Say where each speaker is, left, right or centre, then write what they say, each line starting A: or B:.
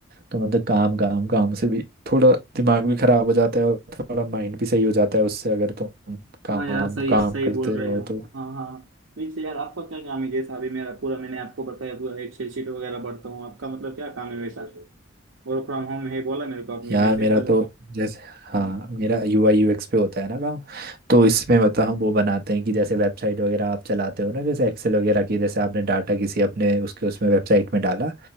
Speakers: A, on the right (about 50°); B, on the right (about 85°).
A: तो मतलब काम काम काम से भी थोड़ा दिमाग भी खराब हो जाता है और थोड़ा माइंड भी सही हो जाता है उससे अगर तुम
B: हाँ
A: काम
B: यार सही
A: काम
B: सही
A: करते
B: बोल
A: रहो
B: रहे हो
A: तो
B: हाँ हाँ वैसे यार आपका क्या काम है जैसा अभी मेरा पूरा मैंने आपको बताया पूरा एक्सेल शीट वगैरह भरता हूँ आपका मतलब क्या काम है वैसा वर्क फ्रॉम होम है बोला मेरे को आपने
A: यार
B: वैसे
A: मेरा
B: पर
A: तो जैसे हाँ मेरा यूआई यूएक्स पे होता है ना काम तो इसमें मतलब हम वो बनाते हैं कि जैसे वेबसाइट वगैरह आप चलाते हो ना जैसे एक्सेल वगैरह की जैसे आपने डाटा किसी अपने उसके उसमें वेबसाइट में डाला